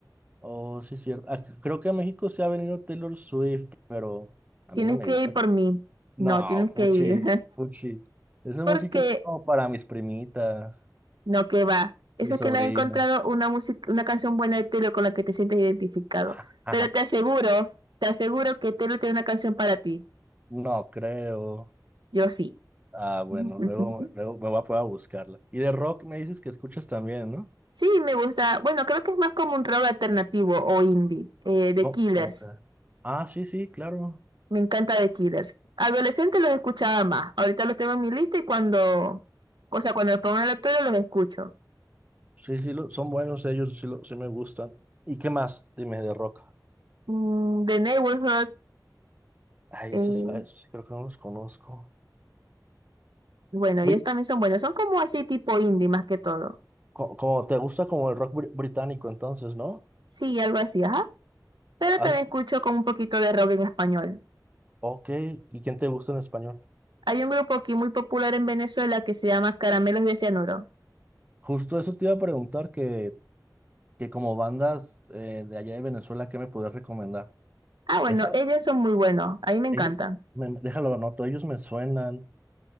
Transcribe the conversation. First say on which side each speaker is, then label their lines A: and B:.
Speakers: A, on the right (about 20°); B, on the right (about 80°).
A: oh, sí, cierto. Ah, c- creo que a México se ha venido Taylor Swift, pero a
B: Tienes
A: mí no me
B: que
A: gusta.
B: ir por mí.
A: No,
B: No, tienes que
A: fuchi,
B: ir.
A: fuchi. Esa
B: <laughs>
A: música
B: Porque
A: es como para mis primitas,
B: No, que va. Eso
A: mi sobrina.
B: es que no has encontrado una música, una canción buena de Taylor con la que te sientes identificado.
A: <laughs>
B: Pero te aseguro, te aseguro que Taylor tiene una canción para ti.
A: No creo.
B: Yo sí.
A: Ah, bueno,
B: <laughs>
A: luego, luego me voy a poner buscarla. Y de rock me dices que escuchas también, ¿no?
B: Sí, me gusta. Bueno, creo que es más como un rock alternativo o indie. Eh, The
A: No,
B: Killers.
A: ¿cómo que? Ah, sí, sí, claro.
B: Me encanta The Killers. Adolescente los escuchaba más. Ahorita los tengo en mi lista y cuando, o sea, cuando los pongo en la tele los escucho.
A: Sí, sí, lo- son buenos ellos, sí, lo- sí me gustan. ¿Y qué más? Dime de rock.
B: Mm, The Neighborhood.
A: Ay,
B: eh,
A: esos, ay, esos sí creo que no los conozco.
B: bueno,
A: Oye,
B: ellos también son buenos. Son como así tipo indie más que todo.
A: co- como te gusta como el rock bri- británico entonces, ¿no?
B: Sí, algo así, ajá. Pero
A: Has-
B: también escucho como un poquito de rock en español.
A: ok, ¿y quién te gusta en español?
B: Hay un grupo aquí muy popular en Venezuela que se llama Caramelos de Cianuro.
A: Justo eso te iba a preguntar que, que como bandas eh, de allá de Venezuela, ¿qué me puedes recomendar?
B: Ah, bueno,
A: Esa,
B: ellos son muy buenos. A mí me encantan.
A: ellos, me- déjalo, lo anoto, ellos me suenan.